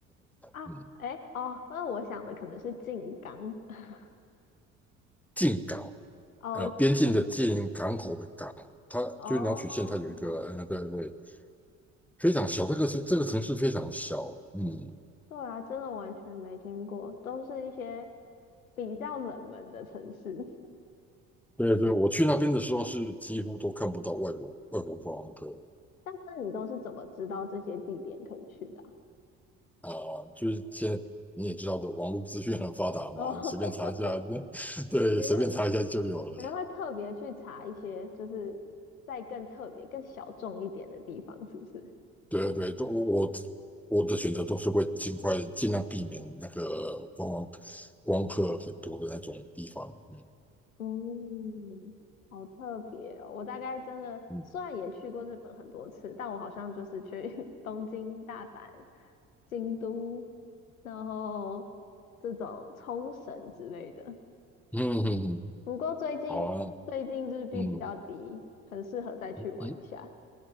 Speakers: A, on the left (about 85°); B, in the centre.
A: 啊，
B: 嗯
A: 哎哦，那我想的可能是靖港。<laughs>
B: 进港，
A: 哦，
B: 呃，边境的进，
A: 靖
B: 港口的港，它就是鸟取县，
A: 哦，
B: 它有一个呃对对非常小，这个城这个城市非常小，
A: 港。
B: 嗯，
A: 对啊，真的完全没听过，都是一些比较冷门的城市。<laughs>
B: 对对，我去那边的时候是几乎都看不到外国外国观光客
A: 但是你都是怎么知道这些地点可以去的啊
B: 啊、就是现在你也知道的，网络资讯很发达嘛，
A: <laughs> 哦，
B: 随便查一下，<laughs>
A: <laughs>
B: 对，
A: 你就
B: 随便查一下就有了，
A: 然后会特别去查一些，就是再更特别、更小众一点的地方，是不是？
B: 对对，都我我我的选择都是会尽快尽量避免那个观光观光客很多的那种地方，嗯
A: 嗯，好特别哦！我大概真的虽然也去过日本很多次，
B: 嗯
A: 但我好像就是去 <laughs> 东京、大阪、京都，然后这种冲绳之类的。
B: 嗯嗯，嗯
A: 不过最近最近日币比较低，
B: 好啊，嗯
A: 很适合再去玩一下。
B: 嗯。